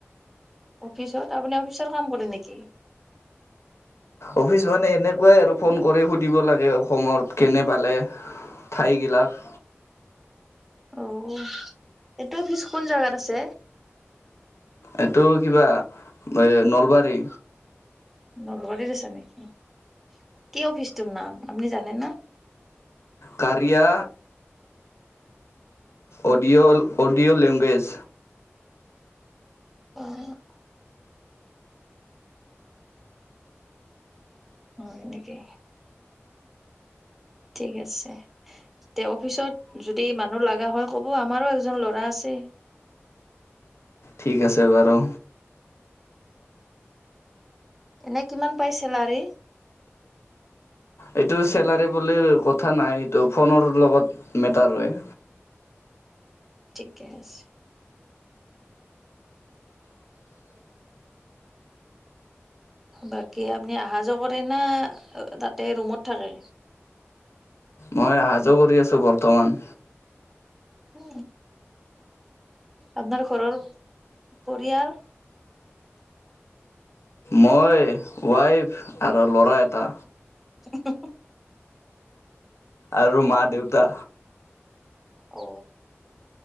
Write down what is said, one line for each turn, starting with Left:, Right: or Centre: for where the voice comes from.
Centre: অফিচত? আপুনি অফিচৰ কাম কৰে নেকি?
Left: অফিচ মানে এনেকুৱাই আৰু ফোন কৰি সুধিব লাগে অসমত কেনে পালে ঠাইগিলাক।
Centre: অও। এইটো অফিছ কোন জাগাত আছে?
Left: এইটো কিবা এ নলবাৰী।
Centre: নলবাৰীত আছে নেকি? কি অফিচটোৰ নাম আপুনি জানে না?
Left: কাৰয়া অডিঅ' অডিঅ' লেংগুৱেজ।
Centre: অ <inaudible> হয় নেকি? ঠিক আছে। তে অফিচত যদি মানুহ লগা হয় ক'ব আমাৰো এজন ল'ৰা আছে।
Left: ঠিক আছে বাৰু।
Centre: এনে কিমান পাই চেলাৰী?
Left: এইটো চেলাৰী বুলি কথা নাই, এইটো ফোনৰ লগত মেটাৰ হয়।
Centre: <inaudible> ঠিকে আছে।
Left: <inaudible>
Centre: বাকী আপুনি অহা যোৱা কৰে না তাতে ৰুমত থাকে।
Left: মই অহা যোৱা কৰি আছো বৰ্তমান।
Centre: উ আপোনাৰ ঘৰৰ পৰিয়াল।
Left: মই ৱাইফ আৰু ল'ৰা এটা,
Centre: <unintelligible>
Left: আৰু মা দেউতা,
Centre: অ